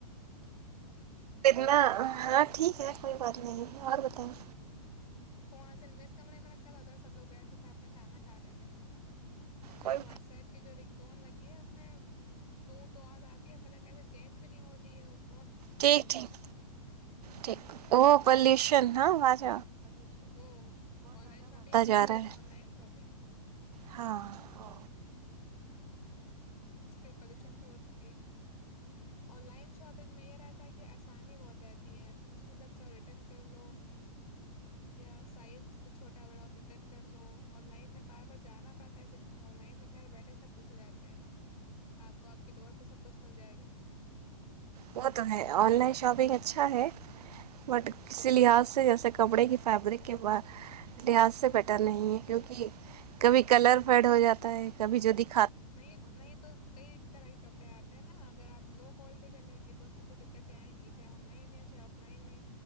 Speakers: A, on the right; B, on the left.
A: نا ہاں ٹھیک ہے کوئی بات نہیں ہے، اور بتائیں
B: ہوں فنصل مس کمنےے میں رکھا تھا ادھر سب لوگ بیٹھ کے سھ میں کھانا کھا رہے تھے اور میں
A: کوئی
B: واٹس ایپ کے جو رنک ٹون لگی ہے اس میں ٹو ٹو آز آتی ہے پتنگ ایسے چینج بھی نہیں ہو رہی ہے وہ
A: ٹھیک ٹھیک ٹھیک وہ پلیش کرنا وعج
B: وہ آن لائن شاپنگ وورسز
A: جا رہا ہے
B: آن لائن شاپنگ
A: ہاں ا
B: اس پ پالوشن پ ہو چکی ہے آن لائن شاپنگ میں یہ رہتا ہے کہ آسانی بہت رہتی ہے اس میں جب چاہو ریٹرن کر لو یا سائز کچھ چھوٹا بڑا ہو تو ریٹرن کر لو آن لائن میں بار بار جانا پڑتا ہے ایسے آن لائن میں گھر بیٹھے سب کچھ ہو جاتا ہے آپ کو آپ کے ڈور پہ سب کچھ مل جائے گا
A: وہ تو ہے آن لائن شاپنگ اچھا ہے بٹ کسی لحاظ سے جیسے کپڑے کی فیبرک کے بع لحاظ سے بیٹر نہیں ہے کیونکہ کبھی کلر فیڈ ہو جاتا ہے کبھی جو د
B: نہیں نہیں تو کئی طرح کے کپڑے آتے ہیں نا اگر آپ لو کوالٹی کا لیں گے تو اس میں تو دقتیں آئیں گی چاہے آن لائن یا چاہے آف لائن ہے